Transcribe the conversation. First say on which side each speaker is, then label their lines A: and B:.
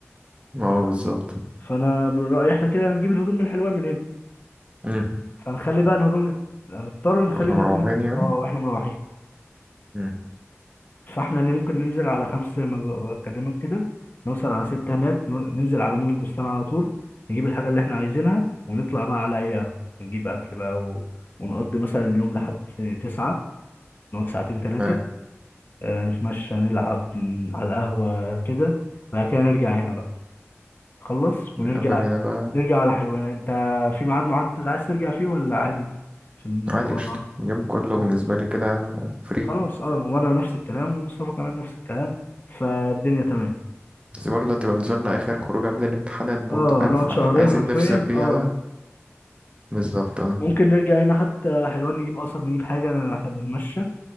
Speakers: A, on the right (about 25°); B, on the left (about 45°).
A: اه
B: لا.
A: بالظبط
B: فانا من رأيي احنا كده هنجيب الهدوم من الحلوان من هنا
A: مم.
B: فنخلي بقى الهدوم لت... هنضطر نخلي
A: واحنا
B: الهدوم
A: مروحين يعني
B: اه واحنا مروحين
A: مم.
B: فاحنا ن- ممكن ننزل على خمسة زي ما ب- بكلمك كده نوصل على ستة هناك ن- ننزل على مول البستان على طول نجيب الحاجة اللي احنا عايزينها ونطلع بقى على أي قهوة ونجيب أكل بقى و... ونقضي مثلا اليوم لحد تسعة نقعد ساعتين تلاتة
A: ايوه
B: آه، نتمشى نلعب ن- على القهوة كده بعد كده نرجع هنا بقى خلص ونرجع
A: نكمل هنا بقى
B: نرجع على حلوان انت في ميعاد محدد عايز ترجع فيه ولا عادي عشان
A: عادي
B: لو
A: قشطة
B: انا
A: اليوم كله
B: و-
A: بالنسبة لي كده فري
B: خلاص اه وانا نفس الكلام ومصطفى كمان نفس الكلام فالدنيا تمام
A: بس برضه هتبقى بالنسبة لنا آخر خروج قبل الامتحانات برضه
B: اه
A: فاهم
B: هنقعد
A: فعايزين
B: شهرين حرفيا
A: نفصل بيها
B: اه
A: بقى بالظبط اه
B: ممكن نرجع هنا حتى حلوان نجيب قصب نجيب حاجة احنا بنتمشى